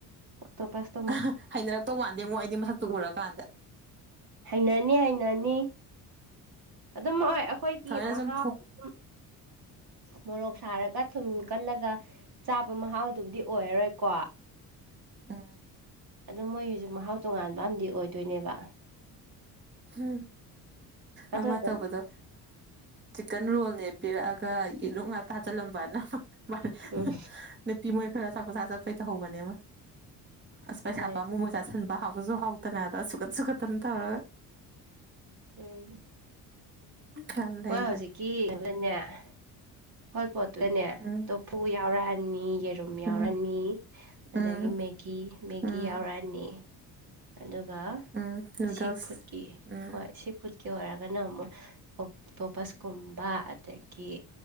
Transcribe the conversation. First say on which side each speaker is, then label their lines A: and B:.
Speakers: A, on the right (about 55°); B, on the right (about 25°).
A: ꯑꯣꯛꯇꯣꯄꯆꯇꯣ
B: <unintelligible> ꯍꯩꯅꯔꯛꯇꯧ ꯃꯥꯟꯗꯦ ꯉꯣ ꯑꯩꯗꯤ ꯃꯁꯛꯇꯨ ꯎꯔꯀꯥꯟꯗ
A: ꯍꯩꯅꯅꯤ ꯍꯩꯅꯅꯤ ꯑꯗꯨꯝꯣꯏ ꯑꯩꯈꯣꯏꯒꯤ
B: ꯊꯑꯣꯏꯅ
A: ꯃꯍꯥꯎ
B: ꯁꯨꯝ ꯐꯨ
A: ꯑꯗꯨꯝ
B: <inaudible>
A: ꯃꯣꯔꯣꯛ ꯁꯥꯔꯒ ꯊꯨꯝ ꯀꯜꯂꯒ ꯆꯥꯕ ꯃꯍꯥꯎꯗꯨꯕꯨꯗꯤ ꯑꯣꯏꯔꯔꯣꯏꯀꯣ
B: ꯎꯝ
A: ꯑꯗꯣ ꯃꯣꯏꯒꯤꯁꯨ ꯃꯍꯥꯎ ꯇꯣꯉꯥꯟꯕ ꯑꯝ ꯑꯣꯏꯗꯣꯏꯅꯦꯕ
B: ꯎꯝ
A: ꯑꯗꯣ
B: ꯑꯃ
A: ꯑꯗꯨꯝ
B: ꯇꯧꯕꯗꯣ ꯆꯤꯀꯟ ꯔꯣꯜꯅꯦ ꯄꯤꯔꯛꯑꯒ ꯌꯦꯔꯨꯛ ꯉꯥꯛ ꯊꯥꯖꯤꯜꯂꯝꯕꯅ <unintelligible>
A: ꯎꯝ
B: ꯅꯨꯄꯤ ꯃꯣꯏ ꯈꯔ ꯑꯆꯥꯄꯣꯠ ꯆꯥ ꯆꯠꯄꯩ ꯇꯧꯍꯧꯕꯅꯦ ꯑꯃ ꯑꯁ ꯄꯩꯁꯥ
A: ꯐꯔꯦ
B: ꯄꯥꯝꯃꯨꯕ
A: ꯑꯗꯨ
B: ꯆꯥꯥꯁꯟꯕ ꯍꯥꯎꯕꯁꯨ ꯍꯥꯎꯇꯅ ꯑꯗꯣ ꯁꯨꯨꯀꯠ ꯁꯨꯈꯠꯇꯅ ꯇꯧꯔꯒ
A: ꯎꯝ-
B: ꯌꯥꯝ ꯂꯩꯕꯅꯦ
A: ꯃꯣꯏ ꯍꯧꯖꯤꯛꯀꯤ <unintelligible> ꯍꯣꯠ ꯄꯣꯠꯇꯨꯗꯅꯦ
B: ꯎꯝ
A: ꯇꯣꯐꯨ ꯌꯥꯎꯔꯛꯑꯅꯤ ꯔꯨꯝ ꯌꯥꯎꯔꯛꯑꯅꯤ
B: ꯎꯝ
A: ꯑꯗꯒꯤ
B: ꯎꯝ
A: ꯃꯦꯒꯤ ꯃꯦꯒꯤ
B: ꯎꯝ
A: ꯌꯥꯎꯔꯛꯑꯅꯤ ꯑꯗꯨꯒ
B: ꯎꯝ ꯅꯨꯗꯜꯁ
A: ꯁꯤ ꯐꯨꯗꯀꯤ
B: ꯎꯝ
A: ꯍꯣꯏ ꯁꯤ ꯐꯨꯠꯀꯤ ꯑꯣꯏꯔꯒꯅ ꯑꯃꯨꯛ ꯑꫭꯛꯇꯣꯄꯁꯀꯨꯝꯕ ꯑꯗꯒꯤ